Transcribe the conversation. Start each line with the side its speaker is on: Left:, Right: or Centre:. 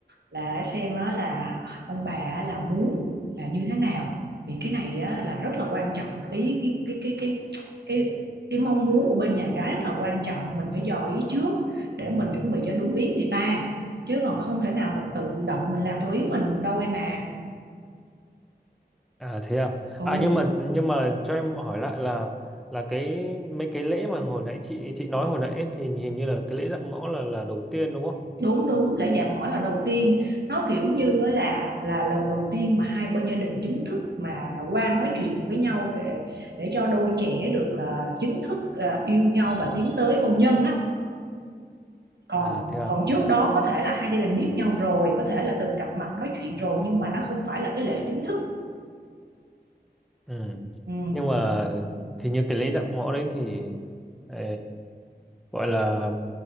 Right: là xem á là ông bà á là muốn là như thế nào vì cái này á là rất là quan trọng ý cái cái cái cái cái cái mong muốn của bên nhà gái rất là quan trọng mình phải dò ý trước để mình chuẩn bị cho đúng ý người ta chứ còn không thể nào mình tự động mình làm theo ý mình được đâu em à
Centre: À thế à.
Right: ừ
Centre: À nhưng mà nhưng mà cho em hỏi lại là là cái mấy cái lễ mà hồi nãy chị chị nói hồi nãy ấy, thì hình như là cái lễ dạm ngõ là là đầu tiên đúng không?
Right: đúng đúng lễ dạ mỏ là đầu tiên nó kiểu như á là là lần đầu tiên mà hai bên gia đình chính thức mà qua nói chuyện với nhau về để cho đôi trẻ được à, chính thức à, yêu nhau và tiến tới hôn nhân á còn
Centre: À thế à.
Right: còn trước đó có thể là hai gia đình biết nhau rồi có thể là từng gặp mặt nói chuyện rồi nhưng mà nó không phải là cái lễ chính thức
Centre: Ừ.
Right: ừ.
Centre: Nhưng mà thì như cái lễ dạm ngõ đấy thì ờ, gọi là